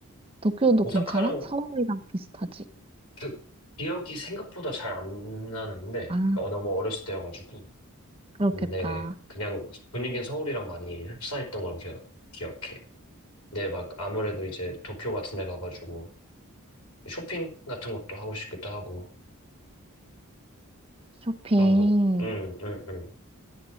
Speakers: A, on the right; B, on the left.
A: 도쿄도
B: 오사카랑
A: 괜찮아? 서울이랑 비슷하지?
B: 그 기억이 생각보다 잘 안 나는데,
A: 아,
B: 어, 너무 어렸을 때여가지고.
A: 그렇겠다.
B: 근데 그냥 분위기는 서울이랑 많이 흡사했던 걸로 기억, 기억해. 근데 막 아무래도 이제 도쿄 같은 데 가가지고 쇼핑 같은 것도 하고 싶기도 하고
A: 쇼핑.
B: 그런 것, 응, 응, 응.